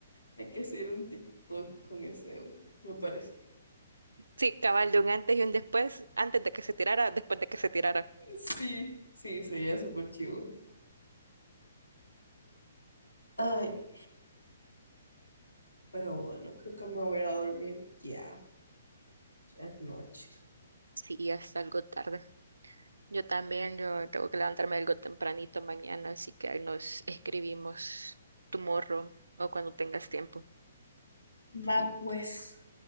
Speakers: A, on the left; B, on the right.
A: Hay que hacer un TikTok con ese, me parece.
B: Sí, cabal, de un antes y un después, antes de que se tirara, después de que se tirara.
A: Sí, sí, sería súper chivo. Ay, pero bueno, creo que me voy a ir a dormir ya. Ya es noche.
B: Sí, es algo tarde. Yo también, yo tengo que levantarme algo tempranito mañana, así que ahí nos escribimos tomorrow o cuando tengas tiempo.
A: Va pues.